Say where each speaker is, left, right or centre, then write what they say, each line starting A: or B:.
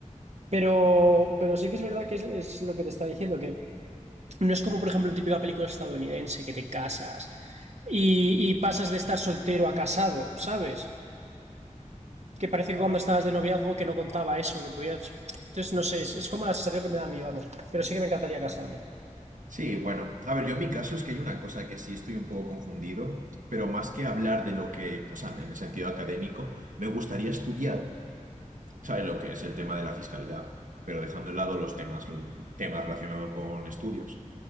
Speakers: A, on the right (about 55°); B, on the right (about 80°).
A: Pero, pero sí que es verdad que es, es lo que te está diciendo, No es como, por ejemplo, en típica película estadounidense que te casas y, y pasas de estar soltero a casado, ¿sabes? Que parece
B: Ah,
A: que cuando estabas de noviazgo que no contaba eso, que podías... Entonces, no sé, es, es como la sensación que me da a mí, vamos. Pero sí que me encantaría casarme.
B: sí, bueno, a ver, yo en mi caso es que hay una cosa que sí estoy un poco confundido, pero más que hablar de lo que, o sea, en el sentido académico, me gustaría estudiar. sabe lo que es el tema de la fiscalidad, pero dejando de lado los temas, los temas relacionados con estudios.